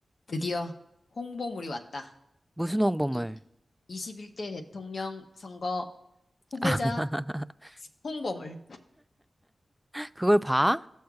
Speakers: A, on the left; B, in the centre.
A: 드디어 홍보물이 왔다.
B: 무슨 홍보물?
A: 이, 21대 대통령 선거 후보자
B: <laughs>
A: 홍보물.
B: 그걸 봐?